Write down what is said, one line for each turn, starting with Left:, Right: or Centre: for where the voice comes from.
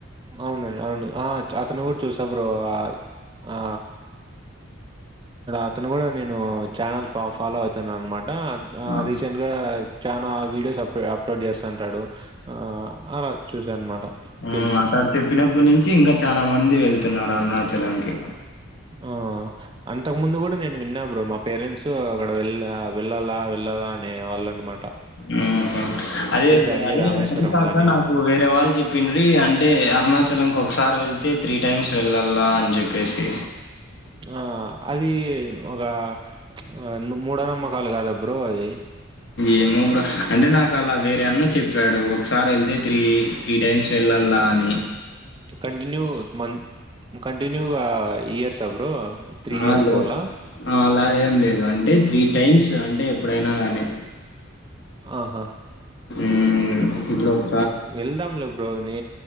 Right: అవునుండి అవును ఆ అతను కూడా చూసా బ్రో ఆ ఆ అతను కూడా నేను ఛానల్ ఫ ఫాలో అవుతాను అనమాట
Left: ఆ!
Right: రీసెంట్ గా చా ఆ వీడియోస్ అప్ అప్లోడ్ చేస్తంటాడు ఆ అలా చూసా అనమాట
Left: ఆ
Right: తెలుసు.
Left: అతడు చెప్పినప్పటి నుంచి ఇంకా చాలా మంది వెళ్తున్నారు అరుణాచలంకి
Right: ఆ అంతకు ముందు కూడా నేను విన్నా బ్రో మా పేరెంట్స్ అక్కడ వెళ్ వెళ్ళాలా వెళ్ళాలా అనే వాళ్ళ అనమాట
Left: మ్మ్ హ్మ్ అదే బ్రో
Right: గాని,
Left: అదే
Right: రామేశ్వరం
Left: అది కాక
Right: గాని.
Left: నాకు వేరే వాళ్ళు చెప్పిన్రి అంటే అరుణాచలంకి ఒకసారి వెళ్తే త్రీ టైమ్స్ వెళ్ళాలా అని చెప్పేసి
Right: ఆ అది ఒక ఆ మూఢనమ్మకాలు కాదా బ్రో అది
Left: ఏమో బ్రో అంటే నాకు అలా వేరే అన్న చెప్పాడు ఒకసారి వెళ్తే త్రీ త్రీ టైమ్స్ వెళ్ళాల కాని
Right: కంటన్యూ మంత కంటింటన్యూ ఇయర్స్ ఆ బ్రో ఇయర్స్
Left: ఆ లే
Right: పోవాలా?
Left: అలా ఏం లేదు అంటే త్రీ టైమ్స్ అంటే ఎప్పుడైనా గానీ
Right: ఆహా
Left: మ్మ్ ఇ బ్లోక్
Right: వెళ్దాంలే బ్రో నీ